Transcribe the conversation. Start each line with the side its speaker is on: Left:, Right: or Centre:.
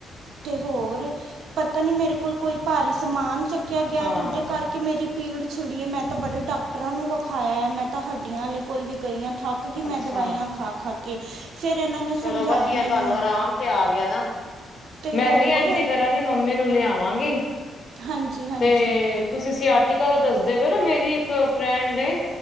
Right: ਅਤੇ ਹੋਰ ਪਤਾ ਨਹੀਂ ਮੇਰੇ ਕੋਲ ਕੋਈ ਭਾਰੀ ਸਮਾਨ ਚੱਕਿਆ ਗਿਆ
Left: ਹਾਂ
Right: ਹੈ। ਤੇ ਉਹਦੇ ਕਰਕੇ ਮੇਰੀ। ਪੀੜ ਛਿੜੀਏ ਮੈਂ ਤਾਂ ਬੜੇ ਡਾਕਟਰਾਂ ਨੂੰ ਵਿਖਾਇਆ ਹੈ। ਮੈਂ ਤਾਂ ਹੱਡੀਆਂ ਵਾਲੇ ਕੋਲ ਵੀ ਗਈ ਹਾਂ ਥੱਕ। ਕਿਉਂਕਿ
Left: ਅੱਛਾ
Right: ਮੈਂ ਦਵਾਈਆਂ ਖਾ ਖਾ ਕੇ ਫੇਰ ਇਹਨਾਂ ਨੇ
Left: ਚਲੋ
Right: ਸਮਝਾਇਆ
Left: ਵਧੀਆ
Right: ਮੈਨੂੰ।
Left: ਤੁਹਾਨੂੰ ਆਰਾਮ ਤੇ ਆ ਗਿਆ ਨਾ
Right: ਤੇ
Left: ਮੈਂ
Right: ਹੋਰ
Left: ਵੀ ਇੰਝ ਹੀ ਕਰਾਂਗੀ। ਮੰਮੀ ਨੂੰ ਲਿਆਵਾਂਗੀ
Right: ਹਾਂਜੀ ਹਾਂਜੀ
Left: ਤੇ। ਤੁਸੀਂ ਸਿਆਟਿਕਾ ਦਾ ਦੱਸਦੇ ਪਏ ਹੋ ਨਾ ਮੇਰੀ ਇੱਕ ਫਰੈਂਡ ਹੈ।